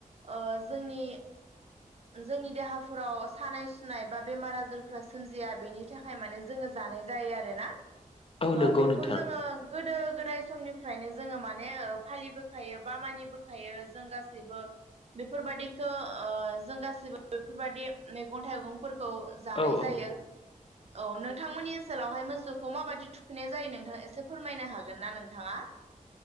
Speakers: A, on the right; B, on the left.
A: ओ जोंनि। जोंनि देहाफोराव सानाय सुनाय बा बेमार आजारफ्रा सोमजिया बेनि थाखाय माने जोङो जानाय जायो आरोना
B: औ
A: ओ
B: नंगौ
A: बेखौ
B: नोंथां
A: जोङो गोदो गोदाय। समनिफ्रायनो जोङो माने ओ‌ फालिबोखायो बा मानिबोखायो जों गासैबो बेफोरबादिखौ ओ जों गाससिबो बेफोरबायादि मैगं थाइगंफोर गौ जानाय
B: औ
A: जायो
B: औ
A: औ नोंथांमोननि ओनसोलावहाय मोसौखौ माबायदि थुखैनाय जायो नों नोंथ एसे फोरमायनो हागोन ना नोंथाङा?